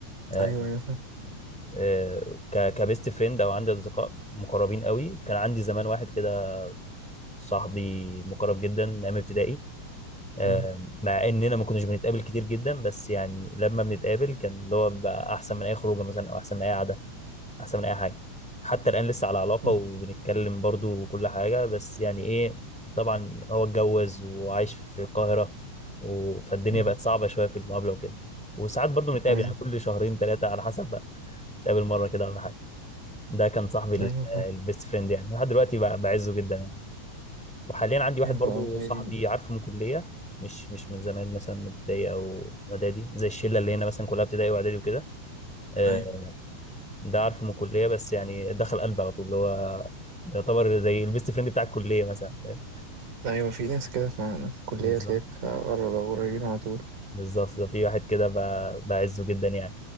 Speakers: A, in the centre; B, on the right (about 85°).
A: آه،
B: أيوه أيوه فاهم
A: آه، ك- كبيست فريند او عندي اصدقاء مقربين قوي كان عندي زمان واحد كده صاحبي مقرب جدا من ايام ابتدائي آه،
B: مم.
A: مع اننا ما كناش بنتقابل كتير جدا بس يعني لما بنتقابل كان اللي هو بقى احسن من اي خروجه مثلا او احسن من اي قعده احسن من اي حاجه حتى الان لسه على علاقه
B: مم.
A: وبنتكلم برضو وكل حاجه بس يعني ايه طبعا هو اتجوز وعايش في القاهره و- فالدنيا
B: مم.
A: بقت صعبه شويه في المقابله وكده وساعات برضو بنتقابل
B: أيوه
A: يعني كل شهرين ثلاثه على حسب بقى نتقابل مره كده ولا حاجه ده كان صاحبي ال-
B: أيوه فاهم
A: البيست فريند يعني لحد دلوقتي بقى بعزه جدا يعني وحاليا عندي واحد
B: أيوه
A: برضو
B: فاهم هي
A: صاحبي
B: دي
A: عارفه من كلية مش مش من زمان مثلا من ابتدائي او اعدادي زي الشله اللي هنا مثلا كلها ابتدائي واعدادي وكده آه،
B: أيوه
A: ده عارفه من الكليه بس يعني دخل قلبي على طول اللي هو يعتبر زي البيست فريند بتاع الكليه مثلا فاهم
B: أيوه في ناس كده فاهم في الكلية
A: بالظبط
B: تلاقيك قرب أو قريبين على طول
A: بالظبط ده في واحد كده ب- بعزه جدا يعني